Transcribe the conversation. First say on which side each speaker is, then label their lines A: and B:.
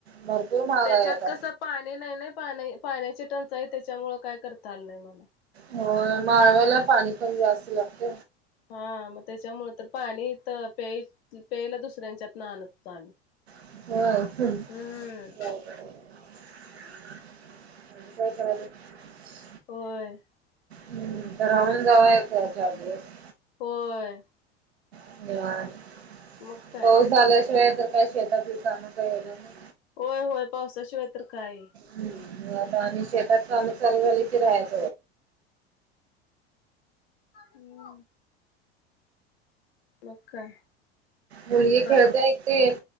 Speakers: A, on the right; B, on the left.
A: भरपूर महाग
B: त्याच्यात
A: आहे आता
B: कसं, पाणी नाही नाही पाणी पाण्याची टंचाई त्याच्यामुळ काय करता आलं नाही मला.
A: हो माळगावला पाणी पण जास्त लागत.
B: हा-म त्याच्यामुळे तर पाणी त प्याय ते पेयला दुसऱ्यांच्यात ना आणत होतो आम्ही.
A: होय
B: हम्म
A: <unintelligible> <inaudible>
B: होय.
A: हम्म तर राहून जाऊ एक <unintelligible>
B: होय.
A: <unintelligible>
B: मग काय.
A: पाऊस झाल्याशिवाय तर काय शेतातली काम काय होणार नाय.
B: होय होय पावसाशिवाय तर काय?
A: हम्, आता आणि शेतात कामं चालू झाली की राहायच.
B: हम्म. मग काय?
A: मुलगी
B: ब
A: खेळते एकटीच.